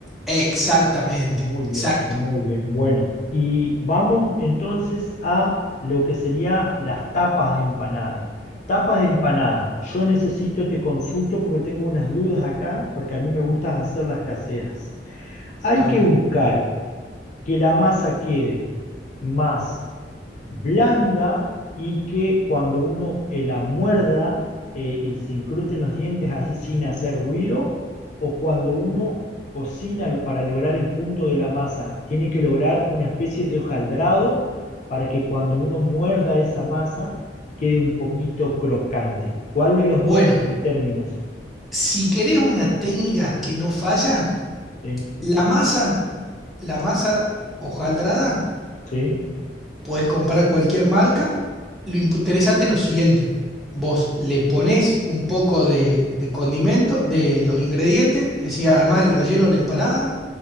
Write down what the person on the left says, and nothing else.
Muy bien,
muy bien. Bueno, y vamos entonces a lo que sería las tapas de empanada. Tapas de empanada. Yo necesito, te consulto porque tengo unas dudas acá, porque a mí me gusta hacer las caseras. Hay
que
buscar que la masa quede más blanda y que cuando uno eh, la muerda eh, y se incrusten los dientes así sin hacer ruido, o cuando uno cocina para lograr el punto de la masa, tiene que lograr una especie de hojaldrado para que cuando uno muerda esa masa quede un poquito crocante. ¿Cuál de los
dos eh, términos?
¿Sí?
¿Sí?